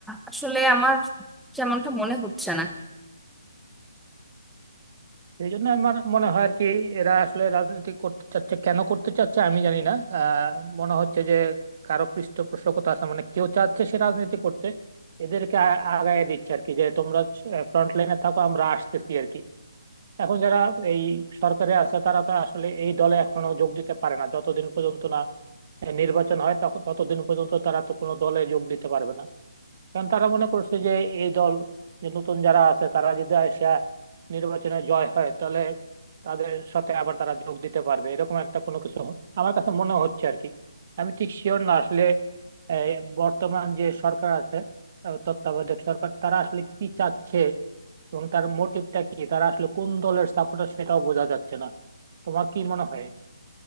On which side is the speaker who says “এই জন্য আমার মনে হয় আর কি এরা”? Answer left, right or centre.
Right